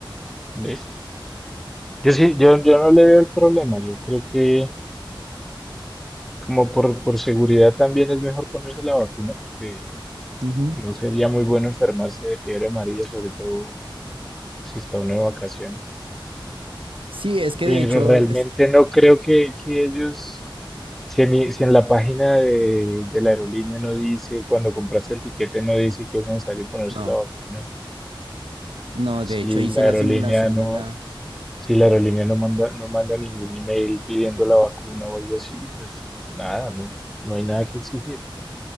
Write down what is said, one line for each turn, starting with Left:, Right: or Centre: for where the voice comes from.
Centre: listo. Yo sí, yo, yo no le veo el problema. Yo creo que como por, por seguridad también es mejor ponerse la vacuna porque
Right: Ujú.
Centre: no sería muy bueno enfermarse de fiebre amarilla, sobre todo si está uno de vacaciones.
Right: Sí, es que
Centre: Pero
Right: de hecho,
Centre: realmente
Right: es-
Centre: no creo que, que ellos, si en, i- si en la página de, de la aerolínea no dice, cuando compraste el tiquete no dice que es necesario ponerse
Right: no,
Centre: la vacuna,
Right: no, de
Centre: si
Right: hecho hice
Centre: la aerolínea
Right: la simulación
Centre: no,
Right: de la,
Centre: si la aerolínea no manda, no manda ningún email pidiendo la vacuna o algo así, pues nada, no, no hay nada que exigir.